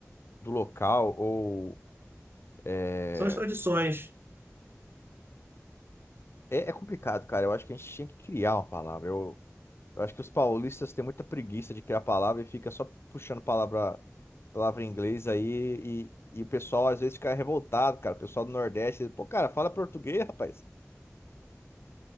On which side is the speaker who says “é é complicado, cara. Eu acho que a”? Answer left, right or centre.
Left